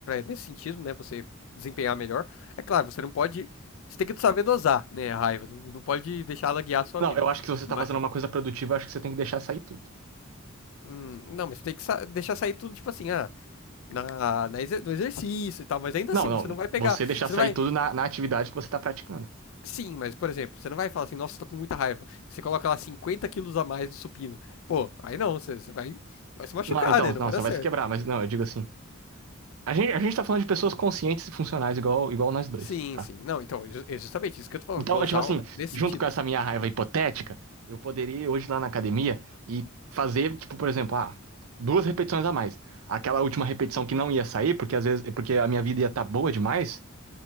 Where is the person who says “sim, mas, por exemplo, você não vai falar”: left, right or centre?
Left